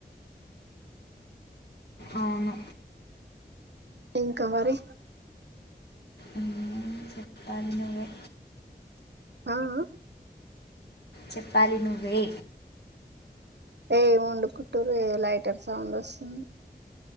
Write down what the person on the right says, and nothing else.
ఇంక మరి
అ ఆఁ
ఏం వండుకుంటురు ఏ లైటర్ సౌండ్ వస్తుంది.